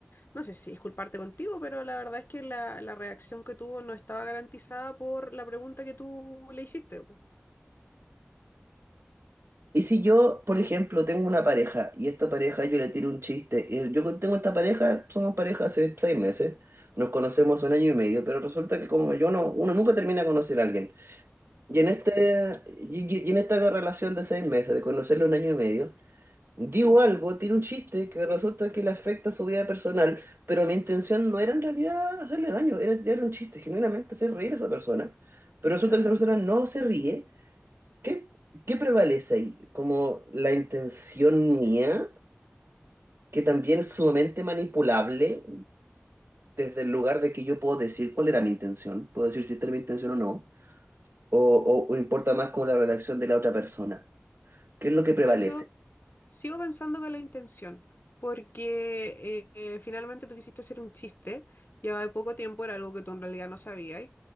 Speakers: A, on the left; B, on the right.
A: no sé si disculparte contigo, pero la verdad es que la, la reacción que tuvo no estaba garantizada por la pregunta que tú le hiciste. po.
B: Y si yo, por ejemplo, tengo una pareja y esta pareja yo le tiro un chiste, y yo tengo esta pareja, somos pareja hace seis meses, nos conocemos hace un año y medio, pero resulta que como yo no, uno nunca termina de conocer a alguien. Y
A: Ujú,
B: en este, y, y- y en esta relación de seis meses, de conocerlo un año y medio, Digo algo, tiene un chiste que resulta que le afecta a su vida personal, pero mi intención no era en realidad hacerle daño, era tirar un chiste, genuinamente hacer reír a esa persona. Pero resulta
A: claro.
B: que esa persona no se ríe. ¿Qué, qué prevalece ahí? ¿Como la intención mía, que también es sumamente manipulable desde el lugar de que yo puedo decir cuál era mi intención? Puedo decir si esta era mi intención o no, o, o- o importa más como la reacción de la otra persona. ¿Qué es lo que prevalece?
A: Yo sigo, sigo pensando que la intención, porque eh, eh, finalmente tú quisiste hacer un chiste, llevaba poco tiempo, era algo que tú en realidad no sabías.